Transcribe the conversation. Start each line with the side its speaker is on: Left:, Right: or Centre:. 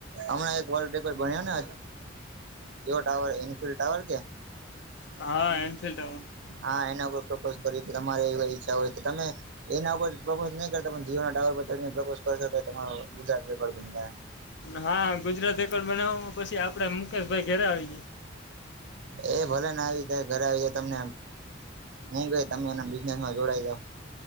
Right: હમણાં એક વર્લ્ડ રેકોર્ડ બન્યો ને કેવ ટાવર ન્ફ ટાવર કે
Left: હ એનફિલ્્ટું
Right: હા એના કો પ્રપોઝ કરી તો તમારે એવી ઈચ્છા હોય તો તમે એના ઉપર પ્રપોઝ નહી કરતા જીવ ના ટાવર પર પ્રપોઝ કર તમારો ગુજરાત રેકોર્ડ બન જાય
Left: હા ગુજરાત રેકોર્ડ બનાવમાં પછી આપડે મુકેશભાઈ ઘેરે આવી જ
Right: એ ભલે ને આવી જાય ઘરે આવી જાય તમને હું ગઈ તમે એ હ જોડાઈ જાાવ